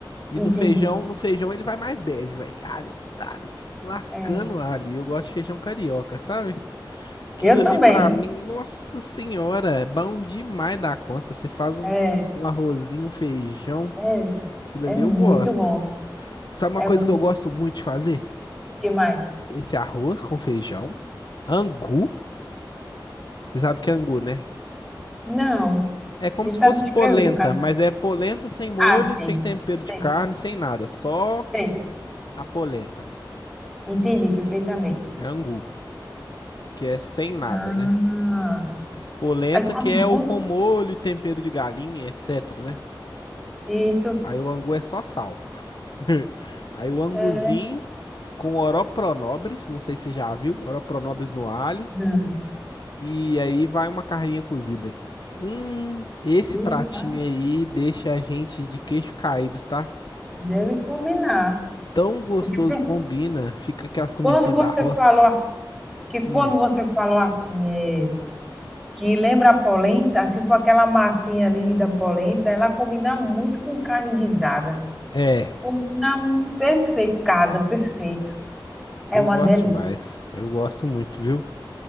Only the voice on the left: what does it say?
E
no feijão, no feijão ele vai mais bege, velho. Alho, alho, lascando
alho. Eu gosto de feijão carioca, sabe? Aquilo
ali pra mim, nossa senhora, é bom demais da conta. Você faz um,
um arrozinho, um feijão,
aquilo
ali
eu gosto.
Sabe
uma coisa
que eu
gosto muito de fazer?
Esse arroz com feijão, angu. Você sabe que é angu, né?
É como
se fosse
polenta,
mas é polenta sem molho,
sem tempero de
carne, sem nada. Só
a polenta.
É angu, que é sem nada,
né? Polenta
que é
o com molho, tempero de galinha, etc, né?
Aí o angu é só sal. <laughs> Aí o anguzinho
com oropronobres, não sei se você já viu, oropronobres no alho.
E aí vai uma carninha cozida. Hum, esse
pratinho aí deixa a gente de queixo caído, tá?
Tão gostoso
combina, fica aquela comidinhas
da roça.
Hum,
é,
eu
gosto
demais. Eu gosto muito, viu?